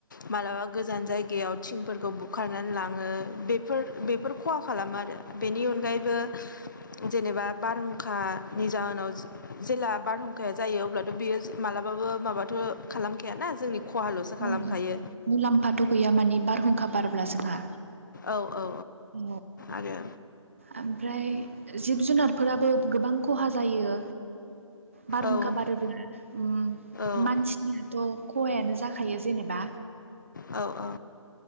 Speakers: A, on the left; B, on the right.
A: मालाबा गोजान जायगायाव थिंफोरखौ बुखारनानै लाङो बेफोर बेफोर खहा खालामो आरो। बेनि अनगायैबो जेनेबा बारहुंखानि जाहोनाव जेला बारहुंखाया जायो अब्लाथ' बेयो मालाबाबो माबाथ' खालामखायाना जोंनि खहाल'सो
B: औ
A: खालामखायो
B: मुलामफाथ' गैया मानि बारहुंखा बारब्ला जोंहा।
A: औ औ
B: औ
A: आरो
B: ओमफ्राय जिब जुनारफोराबो गोबां खहा जायो। बारहुंखा
A: औ
B: बारोब्ला ओ
A: औ
B: मानसिनियाथ' खहायानो जाखा खायो जेनेबा
A: औ औ